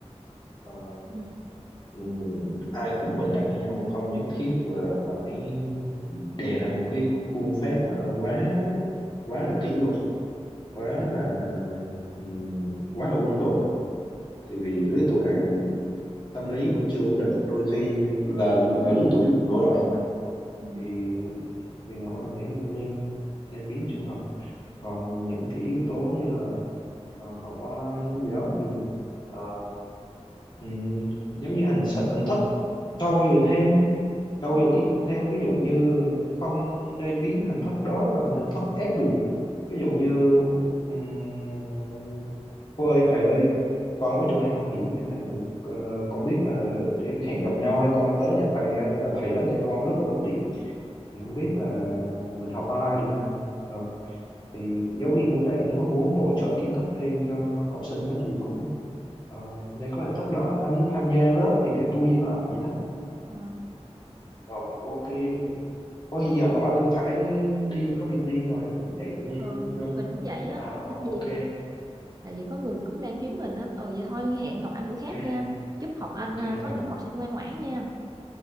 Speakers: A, on the left (about 45°); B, on the right (about 35°).
A: Ờ,
B: Ừ.
A: ừm, ai cũng bình đẳng với nhau không nhất thiết là phải đề ra một cái khuôn phép mà quá quá là kỷ luật quá là ừm, quá là quân đội tại vì lứa tuổi này tâm lý vẫn chưa ổn định đôi khi là là lứa tuổi nổi loạn mà
B: ừ
A: thì thì Ngọc Anh nghĩ là nên nên biến trường học còn những cái yếu tố như là ờ, học online hay gì đó thì ờ, ừm, giống như hình s- hình thức trau dồi thêm trau
B: ừ
A: dồi kiến thức thêm ví dụ như không nên biến hình thức đó thành hình thức ép buộc ví dụ như um, cô ơi thầy ơi con có chỗ này không hiểu chẳng hạn thì ờ, con biết là để hẹn gặp nhau hay con tới nhà thầy hay là thầy tới nhà con rất là bất tiện thì không biết là mình học online được không thầy Ờ, thì giáo viên cũng vậy nếu mà muốn bổ trợ kiến thức thêm cho học sinh á, thì cũng ờ, nên có hình thức đó ai muốn tham gia lớp thì để tôi giảng lại vậy đó Ừ,
B: ừ
A: rồi ok Ôi
B: ừ,
A: giờ Ngọc Anh cũng phải đi có việc riêng rồi vậy nha
B: ừ.
A: Ngân
B: mình cũng vậy á
A: à, ok
B: tại vì tại vì có người cũng đang kiếm mình á ừ vậy thôi hẹn gặp anh bữa khác
A: ok
B: nha chúc học anh
A: ok
B: à, có
A: rồi
B: những học sinh ngoan ngoãn nha